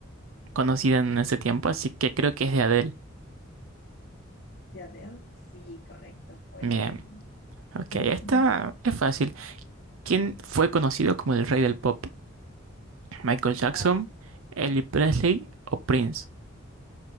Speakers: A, on the right; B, on the left.
A: conocida en ese tiempo, así que creo que es de Adele.
B: ¿De Adele? Sí, correcto, fue
A: Bien,
B: de Adele.
A: ok,
B: Ujú.
A: esta es fácil. ¿Quién fue conocido como el rey del pop? ¿Michael Jackson,
B: Ah,
A: Elvis Presley o Prince?